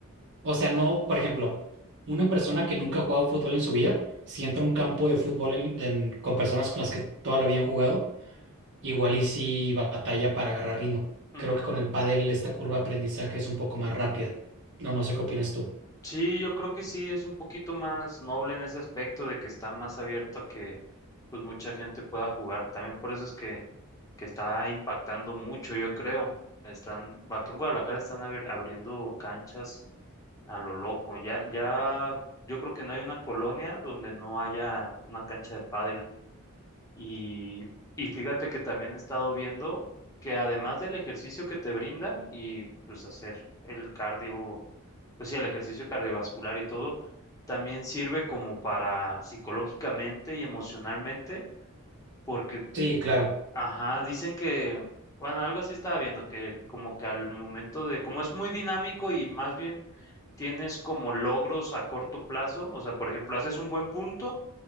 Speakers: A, on the right; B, on the left.
A: o sea, no, por ejemplo, una persona que nunca ha jugado fútbol en su vida, si entra a un campo de fútbol en- en- con personas con las que toda la habían jugado, Igual y si batalla para agarrar ritmo.
B: ujú.
A: Creo que con el pádel esta curva de aprendizaje es un poco más rápida. No, no sé qué opinas tú.
B: Sí, yo creo que sí es un poquito más noble en ese aspecto de que está más abierto a que pues mucha gente pueda jugar. También por eso es que, que está impactando mucho, yo creo. Están, acá en Guadalajara están abri- abriendo canchas a lo loco. Ya, ya, yo creo que no hay una colonia donde no haya una cancha de pádel. Y, y fíjate que también he estado viendo que además del ejercicio que te brinda y pues hacer el cardio, pues sí, el ejercicio cardiovascular y todo, también sirve como para psicológicamente y emocionalmente, porque,
A: Sí, claro.
B: ajá, dicen que, bueno, algo así estaba viendo, que como que al momento de, como es muy dinámico y más bien tienes como logros a corto plazo, o sea, por ejemplo, haces un buen punto